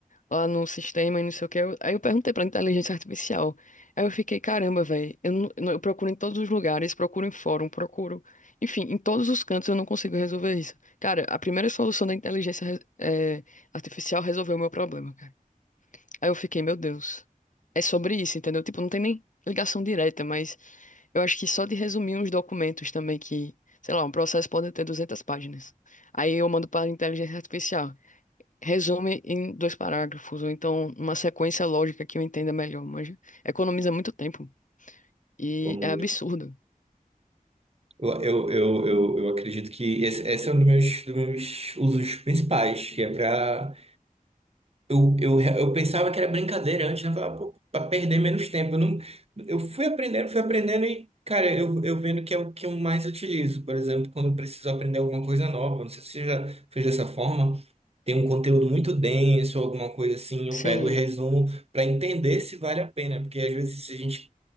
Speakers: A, on the left (about 60°); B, on the right (about 45°).
A: lá no sistema e não sei o que. Aí eu perguntei pra inteligência artificial. Aí eu fiquei, caramba, velho, eu, não- eu não- eu procuro em todos os lugares, procuro em fórum, procuro. Enfim, em todos os cantos eu não consigo resolver isso. Cara, a primeira solução da inteligência, eh, artificial resolveu o meu problema, cara. Aí eu fiquei, meu Deus, é sobre isso, entendeu? Tipo, não tem nem ligação direta, mas eu acho que só de resumir uns documentos também que, sei lá, um processo pode ter 200 páginas. Aí eu mando para a inteligência artificial. Resume em dois parágrafos, ou então uma sequência lógica que eu entenda melhor, mas economiza muito tempo e
B: Pô, muito.
A: é absurdo.
B: Eu, eu, eu, eu, eu acredito que esse, esse é um dos meus, dos meus usos principais, que é para eu, eu, eu pensava que era brincadeira antes, né? Eu falava, pô, pra perder menos tempo. Eu, não, eu fui aprendendo, fui aprendendo e, cara, eu, eu vendo que é o que eu mais utilizo. Por exemplo, quando eu preciso aprender alguma coisa nova, não sei se você já fez dessa forma, tem um conteúdo muito denso, alguma coisa assim, eu
A: Sim,
B: pego e resumo para entender se vale a pena. Porque às vezes se a gente